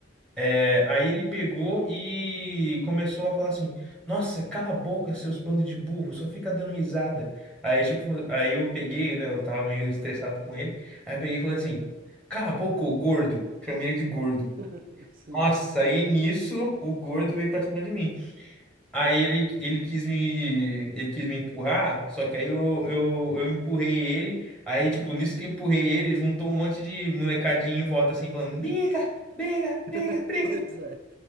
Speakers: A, in the centre; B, on the right (about 45°).
A: É, aí ele pegou e começou a falar assim: Nossa, cala a boca, seus bandos de burro, só fica dando risada. Aí, tipo, aí eu peguei, né? Eu tava meio estressado com ele. Aí eu peguei e falei assim: Cala a boca, ô gordo. Chamei ele de gordo.
B: <laughs> Sim.
A: Nossa, aí nisso o gordo veio pra cima de mim. Aí ele, ele quis me, ele quis me empurrar, só que aí eu, eu, eu empurrei ele. Aí, tipo, nisso que eu empurrei ele, juntou um monte de molecadinho em volta assim, falando: briga, briga,
B: <laughs>
A: briga, briga.
B: Pois é.